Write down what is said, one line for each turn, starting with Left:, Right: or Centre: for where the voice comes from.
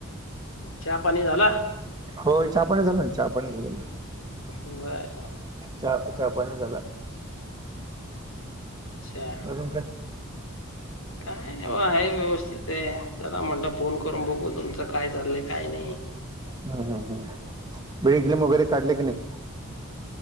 Left: चहापाणी झाला?
Right: होय चहापाणी झालं ना, चहा पाणी झालं.
Left: बर.
Right: चा चहा पाणी झालं.
Left: अच्छा.
Right: अजून काय?
Left: काय नाही बघा आहे व्यवस्थित आहे, चला म्हटलं फोन करून बघू तुमचं काय चाललंय काय नाही.
Right: हा हा हा हा हा, मेडिक्लीन वगैरे काढलं का नाही?